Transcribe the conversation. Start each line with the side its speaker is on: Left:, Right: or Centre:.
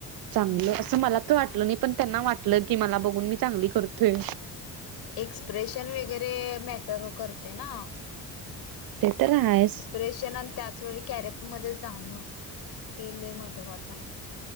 Right: चांगलं
Left: हम्म.
Right: असं मला तर वाटलं नाय पण त्यांना वाटलं की मला बघून मी चांगली करतेय.
Left: एक्सप्रेशन वगैरे मॅटर करते ना
Right: ते तर आहे
Left: एक्सप्रेशन आणि त्याच वेळी कॅरेक्टर मध्ये जाणं हे लय महत्वाचं हाय.